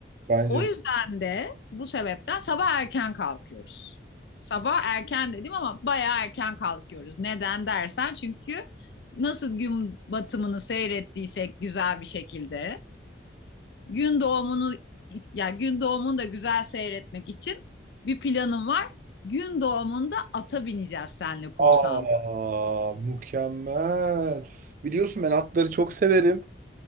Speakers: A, on the right; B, on the left.
A: Bence
B: O yüzden
A: de.
B: de bu sebepten sabah erken kalkıyoruz. Sabah erken dedim ama bayağı erken kalkıyoruz. Neden dersen çünkü nasıl gün batımını seyrettiysek güzel bir şekilde gün doğumunu yani gün doğumunu da güzel seyretmek için bir planım var. Gün doğumunda ata bineceğiz senle kumsalda.
A: Aa, mükemmel. Biliyorsun ben atları çok severim.